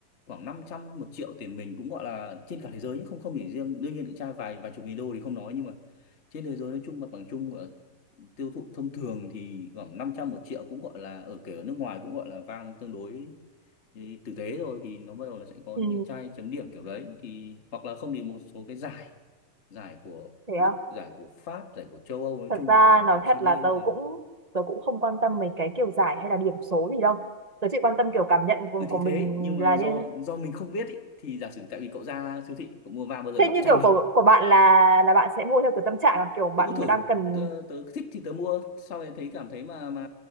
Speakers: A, on the left (about 35°); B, on the right (about 30°).
A: khoảng 500 một triệu tiền mình cũng gọi là trên cả thế giới nhưng không không chỉ riêng đương nhiên những trang vài vài chục nghìn đô thì không nói nhưng mà trên thế giới nói chung mặt bằng chung gọi là tiêu thụ thông thường thì khoảng 500 một triệu cũng gọi là ở kể ở nước ngoài cũng gọi là Vang tương đối ý, tử tế rồi thì nó bắt đầu nó sẽ có
B: Ừ,
A: những cái chai chấm điểm kiểu đấy thì hoặc là không thì một số cái giải giải của
B: thế
A: Đức
B: à?
A: giải của Pháp giải của châu Âu nói
B: Thật
A: chung
B: ra
A: hoặc giải
B: nói
A: của
B: thật
A: Chile
B: là tớ
A: ừ.
B: cũng tớ cũng không quan tâm mấy cái kiểu giải hay là điểm số gì đâu. Tớ chỉ quan tâm kiểu cảm nhận của,
A: ừ thì
B: của mình
A: thế nhưng mà
B: là
A: do
B: như
A: do mình không biết ý, thì giả sử tại vì cậu ra siêu thị cậu mua vàng bao giờ
B: thế
A: nó
B: như
A: cũng tràn
B: kiểu
A: ngập
B: của của bạn là là bạn sẽ mua theo kiểu tâm trạng là kiểu bạn
A: tớ muốn thử
B: đang cần
A: tớ, tớ thích thì tớ mua sau này thấy cảm thấy mà mà